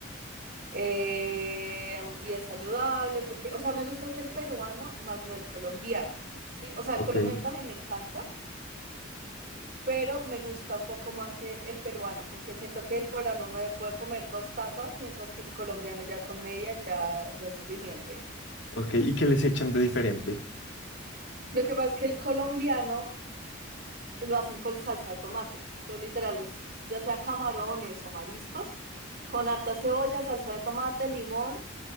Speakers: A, on the right; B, on the left.
A: Eh, y es saludable porque, o sea, me gusta es el peruano más no el colombiano, ¿sí? O sea,
B: Ok,
A: el colombiano también me encanta, pero me gusta un poco más el, el peruano, como que siento que el peruano me puede comer dos tazas, mientras que el colombiano ya con media ya, ya es suficiente.
B: ok. ¿Y qué les echan de diferente?
A: Lo que pasa es que el colombiano lo hacen con salsa de tomate. Entonces, literal, es ya sea camarones o mariscos, con harta cebolla, salsa de tomate, limón,